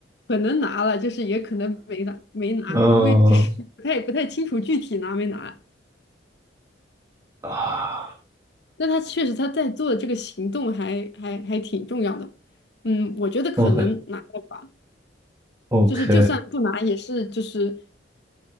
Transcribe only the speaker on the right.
嗯
啊
，OK OK，